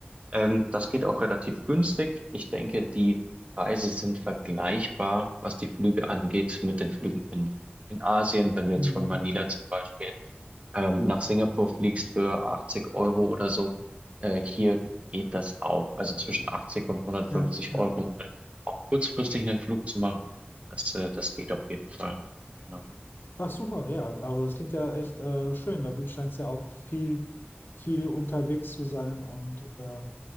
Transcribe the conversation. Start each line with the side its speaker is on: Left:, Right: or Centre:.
Right: Ähm, das geht auch relativ günstig. Ich denke, die Preise sind vergleichbar, was die Flüge angeht, mit den Flügen in, in Asien. Wenn du
Left: Hm.
Right: jetzt von Manila zum Beispiel ähm, nach Singapur fliegst für 80 Euro oder so, äh, hier geht das auch. Also zwischen 80 und 150
Left: Ja, ja.
Right: Euro mal auch kurzfristig einen Flug zu machen, das, äh, das geht auf jeden Fall. Genau.
Left: Ach super, ja, aber das klingt ja echt äh, schön. Da scheint es ja auch viel, viel unterwegs zu sein. Und äh,